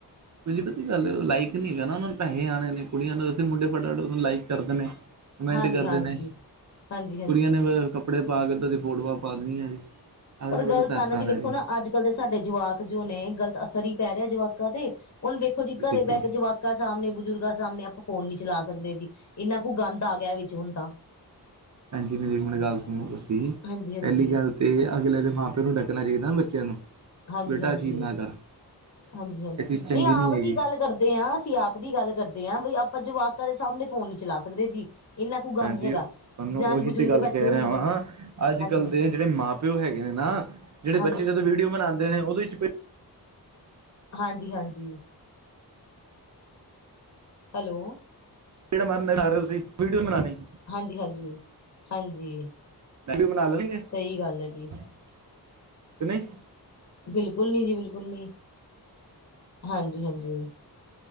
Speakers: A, on the right; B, on the left.
A: ਬ ਪ ਗੱਲ ਲਾਈਕ ਨੀ ਹੈਗਾ ਨਾ, ਉਹ ਪੇਹੇ ਆਉਣੇ ਨੇ ਕੁੜੀਆਂ ਨੇ ਸੀਂ ਮੁੰਡੇ ਫਟਾ ਫਟ ਓਨੂੰ ਲਾਈਕ ਕਰ ਦੇ ਨੇ। ਕਮੈਂਟ
B: ਹਾਂਜੀ
A: ਕਰਦੇ
B: ਹਾਂਜੀ
A: ਨੇ,
B: ਹਾਂਜੀ ਹਾਂਜੀ
A: ਕੁੜੀਆਂ ਨੇ ਕੱਪੜੇ ਪਾ ਕੇਦੀ ਫੋਟੋਆਂ ਪਾ ਦੇਣੀਆਂ ਜੀ। ਅਗਲੇ
B: ਪਰ
A: ਨੂੰ
B: ਗੱਲਤ
A: ਪਤਾ ਪੈਸਾ
B: ਆ ਨਾ
A: ਆਣਾ
B: ਵੇਖੋ ਜੀ ਅੱਜ, ਕਦੇ ਸਾਡੇ ਜਵਾਕ ਜੋ ਨੇ ਗਲਤ ਅਸਰ ਹੀ ਪੈ ਰਿਹਾ, ਜਵਾਕਾਂ ਤੇ ਹੁਣ ਵੇਖੋ
A: ਹਾਂਜੀ
B: ਜੀ ਘਰੇ
A: ਦੇਖੋ
B: ਬਹਿ ਕੇ ਜਵਾਕ। ਸਾਹਮਣੇ ਬਜ਼ੁਰਗਾਂ ਸਾਹਮਣੇ ਆਪਾਂ ਫੋਨ ਨੀ ਚਲਾ ਸਕਦੇ ਜੀ। ਇੰਨਾ ਕੁ ਗੰਦ ਆ ਗਿਆ ਵਿੱਚ ਹੁਣ ਤਾਂ,
A: ਭਾਂਜੀ ਮੇਰੀ ਮੜ ਗੱਲ ਸੁਣੋ ਦੱਸੀ ਸੀ
B: ਹਾਂਜੀ ਹਾਂਜੀ
A: ਪਹਿਲੀ ਗੱਲ ਤੇ ਅਗਲੇ ਦੇ ਮਾਂ ਪਿਓ ਨੂੰ ਡੱਕਣਾ ਚਾਹੀਦਾ ਨਾ ਬੱਚਿਆਂ ਨੂੰ।
B: ਹਾਂਜੀ,
A: ਬੇਟਾ
B: ਹਾਂਜੀ,
A: ਇਹ ਚੀਜ਼ ਨਾ ਕਰ
B: ਹਾਂਜੀ, ਹਾਂਜੀ
A: ਇਹ ਚੀਜ਼ ਚੰਗੀ
B: ਨਹੀਂ ਆਪ
A: ਹੈਗੀ
B: ਦੀ ਗੱਲ। ਕਰਦੇ ਹਾਂ ਅਸੀਂ ਆਪ ਦੀ ਗੱਲ ਕਰਦੇ ਹਾਂ ਵੀ ਆਪਾਂ ਜਵਾਕਾਂ ਦੇ ਸਾਹਮਣੇ ਫੋਨ ਨੀ ਚਲਾ ਸਕਦੇ ਜੀ। ਲੈ ਹੋਣਾ ਗੰਦ
A: ਭੈਣ ਜੀ
B: ਹੈਗਾ।
A: ਤੁਹਾਨੂੰ
B: ਨਾਲ
A: ਉਹੀ
B: ਬਜ਼ੁਰਗ
A: ਤੇ ਗੱਲ
B: ਬੈਠੇ
A: ਕਹਿ
B: ਹੋਣ
A: ਰਿਹਾ ਵਾਂ, ਅੱਜ-ਕੱਲ੍ਹ
B: ਹਾਂਜੀ ਹਾਂਜੀ
A: ਦੇ ਜਿਹੜੇ ਮਾਂ ਪਿਓ ਹੈਗੇ ਨੇ ਨਾ। ਜਿਹੜੇ
B: ਹਾਂਜੀ
A: ਬੱਚੇ ਜਦੋਂ
B: ਹਾਂਜੀ
A: ਵੀਡੀਓ ਬਨਾਉਦੇ ਉਹਦੇ ਵਿੱਚ
B: ਹਾਂਜੀ, ਹਾਂਜੀ, ਹੈਲੋ,
A: ਚਪੇੜਾ ਮਾਰਨ ਰਹੇ ਤੁਸੀਂ ਵੀਡੀਓ ਬਉਣੀ।
B: ਹਾਂਜੀ, ਹਾਂਜੀ, ਹਾਂਜੀ।
A: ਮੈ ਵੀ ਬਣਾ ਲੈਣਗੇ
B: ਸਹੀ ਗੱਲ ਹੈ ਜੀ
A: ਕਿ ਨਹੀਂ।
B: ਬਿਲਕੁਲ ਨੀ ਜੀ, ਬਿਲਕੁਲ ਨੀ, ਹਾਂਜੀ-ਹਾਂਜੀ।